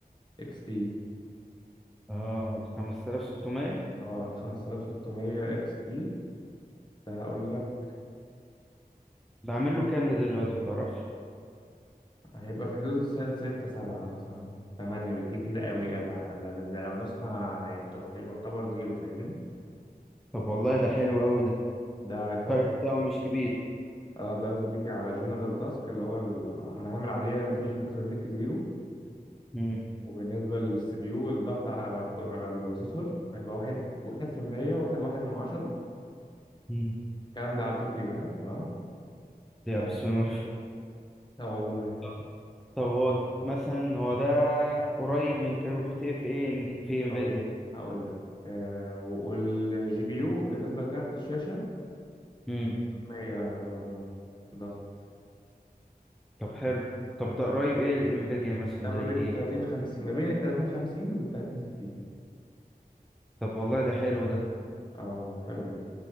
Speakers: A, on the left (about 30°); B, in the centre.
A: اكس تي
B: آه 5600
A: اه ال 5600 اكس تي ده هقول لك
B: بعمل له كام ده دلوقتي متعرفش
A: هيبقى في حدود الس- ستة سبعة مثلا تمانية بالكتير قوي قوي على الأقل ده, ده لو نسخة يعتبر يعتبر زيرو فاهمني
B: طب والله ده حلو أوي ده
A: ده صح
B: الفرق بتاعه مش كبير
A: اه ده يا صديقي على جنرال تاسك اللي هو المهام العادية مفيش بترنيك زيرو
B: امم
A: وبالنسبة للسي بي يو الضغط على الك- على البروسيسور هيبقى واحد واحد في المية واحد واحد من عشرة
B: مم.
A: الكلام ده على التوكي ها تمام
B: يا
A: و-
B: بسم الله ما شاء الله.
A: اه والله
B: طب طب هو مثلا هو ده قريب من كروت اف اي ام دي في انفيديا
A: هقول لك هقول لك آه والجي بي يو بالنسبة لكارت الشاشة
B: امم
A: مية برضه ضغط
B: طب حلو طب ده قريب ايه الانفيديا مثلا
A: ده
B: زي
A: ما بين
B: ايه
A: ال 30 50 ما بين ال 30 50 وال 30 60
B: طب والله ده حلو ده
A: اه حلو جدا